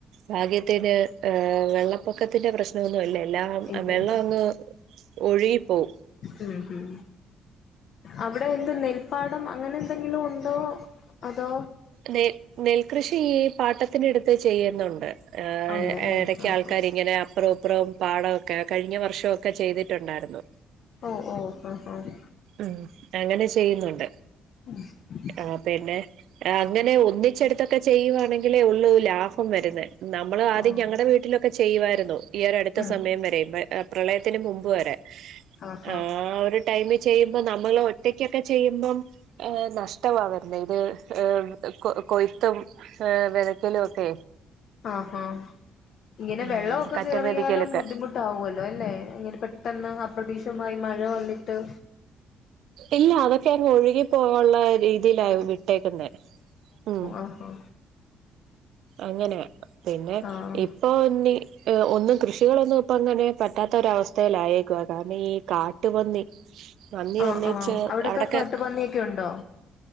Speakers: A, on the right; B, on the left.
A: ഭാഗ്യത്തിന് ഏഹ് വെള്ളപ്പൊക്കത്തിന്റെ പ്രശ്നൊന്നും അല്ല എല്ലാം
B: ഇല്ല
A: വെള്ളങ്ങ്
B: ഇല്ല
A: ഒഴുകിപ്പോം
B: ഉം ഉം അവിടെ എന്ത് നെൽപ്പാ ടം അങ്ങനെന്തെങ്കിലുണ്ടോ അതോ
A: നെ നെൽകൃഷി ഈ പാട്ടത്തിനെടുത്ത് ചെയ്യുന്നുണ്ട് ആഹ്
B: ഉണ്ടല്ലേ
A: എടയ്ക്ക്
B: ആഹ്
A: ആൾക്കാര്ങ്ങനെ അപ്പറും ഇപ്പറും പാടൊക്കെ കഴിഞ്ഞ വർഷൊ ക്കെ ചെയ്തിട്ടുണ്ടാര്ന്നു
B: ഓ ഓ ആഹ് ആഹ്
A: ഉം അങ്ങനെ ചെയ്യുന്നുണ്ട്
B: ഉം ഉം
A: ആഹ് പിന്നെ അങ്ങനെ ഒന്നിച്ചെടു ത്തൊക്കെ ചെയ്യുവാണെങ്കിലേ ഉള്ളൂ ലാഭം വെരുന്നെ നമ്മൾ ആദ്യം
B: ആഹ്
A: ഞങ്ങളടെ വീട്ടിലൊക്കെ ചെയ്യുവായിരുന്നു ഈ ഒരു അടുത്ത
B: ഉം
A: സമയം വരെയും പ്രളയത്തിന് മുമ്പ് വരെ
B: ആഹ്
A: ആ
B: ആഹ്
A: ഒരു ടൈമിൽ ചെയ്യുമ്പോ നമ്മൾ ഒറ്റയ്ക്കൊക്കെ ചെയ്യുമ്പം എ നഷ്ടവാ വെരുന്നെ ഇത് ഏഹ് കൊ കൊയ്ത്തും ഏഹ് വെതക്കലൊക്കെ
B: ആഹ്ഹ ഇങ്ങനെ
A: ഉം
B: വെള്ളൊക്കെ
A: കറ്റപതിക്കലൊക്കെ
B: കേറിയാലും ബുദ്ധിമു ട്ടാവല്ലോ അല്ലെ ഇങ്ങനെ പെട്ടെന്ന് അപ്രതീക്ഷമായി മഴ വന്നിട്ട്
A: ഇല്ല അതൊക്കെ അങ്ങ് ഒഴുകിപ്പോവെള്ള രീതിയിലാ വിട്ടേക്കുന്നെ ഉം
B: ആഹ്
A: അങ്ങനെ പിന്നെ
B: ആഹ്
A: ഇപ്പൊ ഇന്നി ഒന്നും കൃഷികളൊന്നും ഇപ്പ അങ്ങനെ പറ്റാത്തൊരവസ്ഥയിലായേക്ക കാരണം ഈ കാട്ടുപന്നി പന്നി
B: ആഹ്
A: വന്നേച്ച്
B: ആഹ് അവടൊക്കെ
A: അവിടൊക്കെ
B: കാട്ട്പന്നിയൊക്കെ ഒണ്ടോ